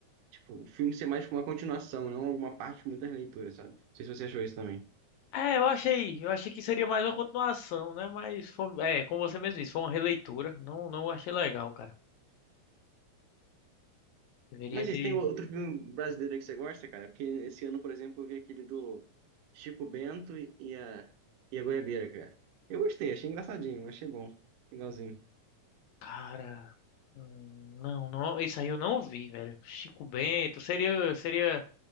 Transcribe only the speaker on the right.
Tipo, o filme ser mais como uma continuação, não alguma parte com muita releitura, sabe? Não sei se você achou isso também.
Mas isso,
tem outro filme brasileiro aí que você gosta, cara? Porque esse ano, por exemplo, eu vi aquele do Chico Bento e a, e a Goiabeira, cara. Eu gostei, achei engraçadinho, achei bom, legalzinho.